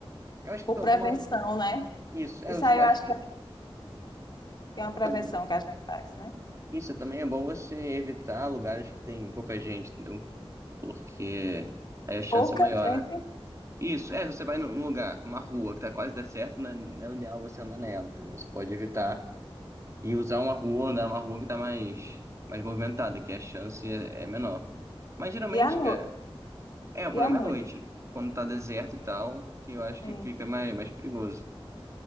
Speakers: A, on the right (about 30°); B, on the left (about 45°).
A: Eu acho que
B: Por
A: to-
B: prevenção,
A: tomar
B: né?
A: isso. É,
B: Isso
A: eu
B: aí eu
A: acho
B: acho
A: que
B: que é que é uma prevenção
A: tam-
B: que a gente faz, né?
A: isso também é bom você evitar lugares que tem pouca gente, entendeu? Porque aí a chance
B: Pouca
A: é maior,
B: gente
A: né? Isso, é, você vai num lugar, uma rua que tá quase deserta, não é, não é o ideal você andar nela, entendeu? Você pode evitar
B: tem.
A: e usar uma rua, andar numa rua que tá mais, mais movimentada, que a chance é, é menor. Mas geralmente,
B: E à noite?
A: cara, é, o
B: E
A: problema
B: à noite?
A: é à noite, quando tá deserto e tal, que eu acho
B: Sim.
A: que fica mais, mais perigoso.